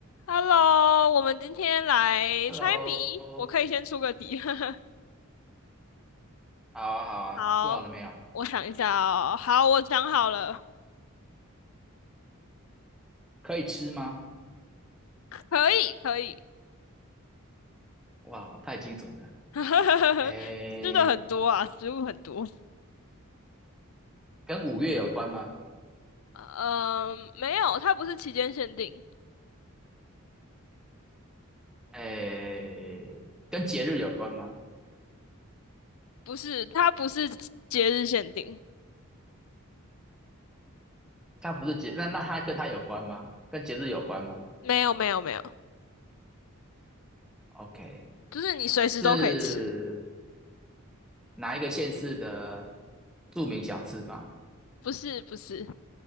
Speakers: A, on the left; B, in the centre.
A: Hello，我们今天来猜谜，
B: Hello，好
A: 我可以先出个题。<laughs>
B: 啊，好啊，
A: 好，
B: 做好了没有？
A: 我想一下哦。好，我想好了，
B: 可以吃吗？
A: 可以，可以。
B: 哇，太精准了。
A: <laughs>
B: 诶，
A: 吃的很多啊，食物很多。
B: 跟五月有关吗？
A: 嗯，没有，它不是期间限定，
B: 诶，跟节日有关吗？
A: 不是，它不是节日限定，
B: 它不是节，那那它跟它有关吗？跟节日有关吗
A: 没有，没有，没有，
B: ？OK，
A: 就是你随时都可以吃。
B: 是哪一个县市的著名小吃吗？
A: 不是，不是，